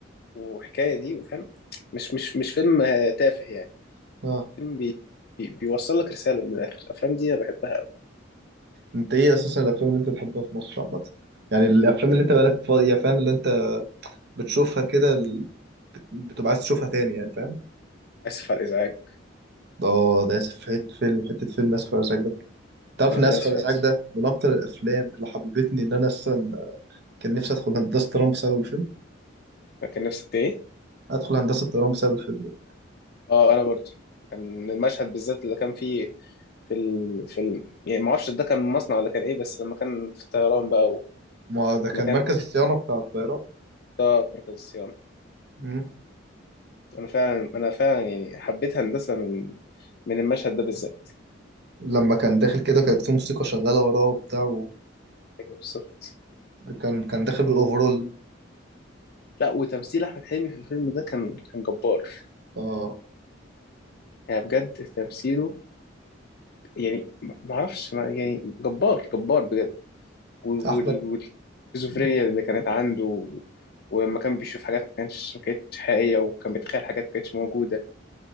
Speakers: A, on the left; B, on the right.
A: وحكايه دي وفاهم مش مش مش فيلم تافه يعني
B: آه
A: فيلم بي... بي... بيوصل لك رساله من الاخر الافلام دي انا بحبها قوي
B: أنت إيه أساسا الأفلام اللي أنت بتحبها في مصر عامة؟ يعني الأفلام اللي أنت بقالك فاضية فاهم اللي أنت بتشوفها كده ال- بتبقى عايز تشوفها تاني يعني فاهم؟
A: اسف على الازعاج
B: اه ده اسف في حته فيلم حته فيلم اسف على الازعاج ده تعرف
A: انا
B: ان اسف
A: أنا اسف
B: على الازعاج ده من اكتر الافلام اللي حببتني ان انا اصلا كان نفسي ادخل هندسه طيران بسبب الفيلم
A: كان نفسك ايه
B: ادخل هندسه طيران بسبب الفيلم ده
A: اه انا برضو كان المشهد بالذات اللي كان فيه في ال... في ال... يعني ما اعرفش ده كان مصنع ولا كان ايه بس لما كان في الطيران بقى و...
B: ما ده كان
A: المكان
B: مركز الصيانه بتاع الطيارات
A: اه مركز الصيانة
B: مم.
A: أنا فعلا أنا فعلا يعني حبيت هندسة من من المشهد ده بالذات
B: لما كان داخل كده كانت في موسيقى شغاله وراه وبتاع وكان
A: أيوة بالظبط
B: كان كان داخل بالاوفرول
A: لا وتمثيل أحمد حلمي في الفيلم ده كان كان جبار
B: اه
A: يعني بجد تمثيله يعني ما ما اعرفش ما يعني جبار جبار بجد و-
B: احمد
A: وال- والسكيزوفرينيا
B: مم.
A: اللي كانت عنده ولما كان بيشوف حاجات ما كانش ما كانتش حقيقيه وكان بيتخيل حاجات ما كانتش موجوده